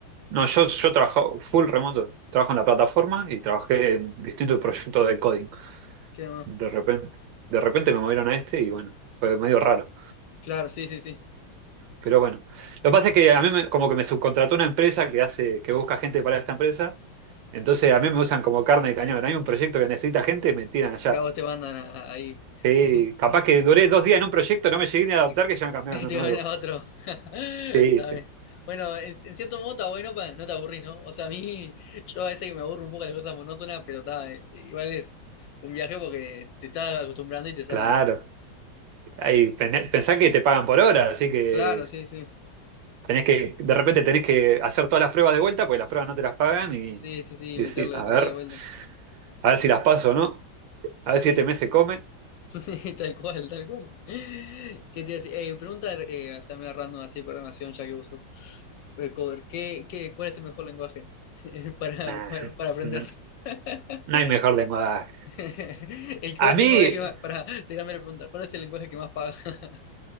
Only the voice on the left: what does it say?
¿Qué más?
Claro, sí, sí, sí.
Y a vos te mandan a- ahí. <laughs>
Y
te,
<laughs>
y te
gana
otro. <laughs> Está
bien. Bueno, en, en cierto modo está bueno para no te aburrís, ¿no? O sea, a mí, <laughs> yo a veces que me aburro un poco de las cosas monótonas, pero está, eh, igual es un viaje porque te estás acostumbrando y te sacan.
Claro, sí, sí.
Sí, sí, sí,
meterle
otra
vez de vuelta.
Y
<laughs> tal cual, tal cual. <laughs> ¿Qué te iba a decir? Eh, pregunta, eh, o sea, me random así, programación, ya que uso. Eh, cover, ¿qué, qué, cuál es el mejor lenguaje <laughs> para,
para, para
aprender?
<laughs>
<laughs> ¿Y cuál
es el lenguaje que más... Para, tirarme la pregunta, ¿cuál es el lenguaje que más paga? <laughs>